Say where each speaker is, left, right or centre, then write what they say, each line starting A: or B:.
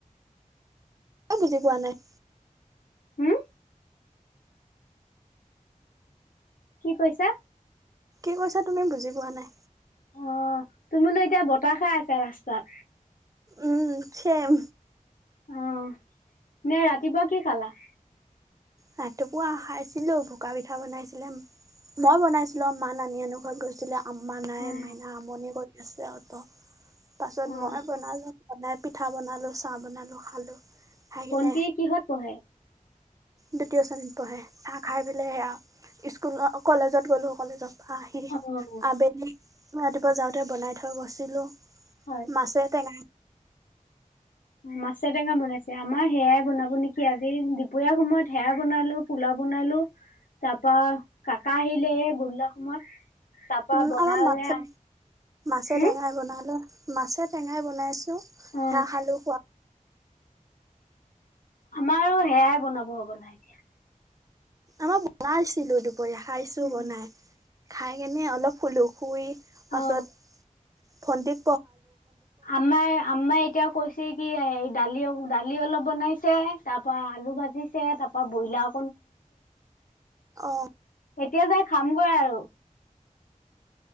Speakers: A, on the right; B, on the left.
A: এ বুজি পোৱা নাই
B: হোম কি কৈছা
A: কি কৈছা তুমি বুজি পোৱা নাই
B: অ তুমিটো এতিয়া বতাহ খায় আছা ৰাস্তাত
A: উম চেম
B: অ নে ৰাতিপুৱা কি খালা
A: ৰাতিপুৱা খাইছিলো পকা পিঠা বনাইছিলে মই বনাইছিলো মা নানী হেতৰ ঘৰত গৈছিলে আমা নাই
B: অ'
A: মাইনা আমনি কৰে আছেহঁত <unintelligible> পাছত
B: অ'
A: মই বনালো বনাই পিঠা বনালো চাহ বনালো খালো খাই কিনে
B: ভন্তী কিহত পঢ়ে
A: দ্বিতীয় শ্ৰেণীত পঢ়ে চাহ খাই পেলাই সেয়া স্কুল কলেজত গ'লো কলেজত পাহি
B: অ'
A: আবেলি ৰাতিপুৱা যাওঁতে বনাই থৈ গৈছিলোঁ
B: হয়।
A: মাছে টেঙাই
B: মাছে টেঙা বনাইছে আমাৰ সেয়াই বনাব নেকি আজি দুপৰীয়া সময়ত সেয়াই বনালো পোলাও বনালো তাৰ পৰা কাকা আহিলে এই গধূলা সময়ত তাৰপা
A: উম
B: বনালে
A: অলপ মাছে মাছে
B: হম
A: টেঙাই বনালো আৰু মাছে টেঙাই বনাইছে হেল্লো
B: অ
A: চাহঁ খালো কোৱা
B: আমাৰো সেয়াই বনাব হ'ব লাগে
A: আমাৰ বগা আছিলো দু খাইছো
B: উম
A: বনাই খাই কেনে অলপ হুলো শুই পাছত
B: অ
A: ভন্তি
B: আমাৰ আমাই এতিয়াও কৈছে কি দালি অ দালি অলপ বনাইছে তাৰ পৰা আলু ভাজিছে তাৰ পৰা
A: আহ
B: এতিয়া যে খামগৈ আৰু